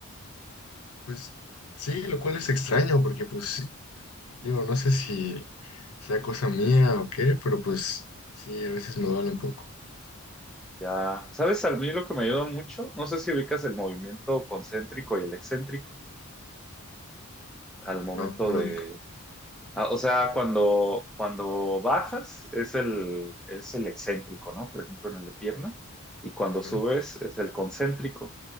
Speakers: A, on the left; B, in the centre.
A: Pues sí, lo cual es extraño porque pues sí, digo, no sé si sea cosa mía o qué, pero pues sí, a veces me duele un poco.
B: Ya, ¿sabes? A mí lo que me ayuda mucho, no sé si ubicas el movimiento concéntrico y el excéntrico al momento
A: No, no lo
B: de,
A: ubico.
B: ah, o sea, cuando, cuando bajas es el, es el excéntrico, ¿no? Por ejemplo, en el de pierna, y cuando
A: Ajá.
B: subes es el concéntrico.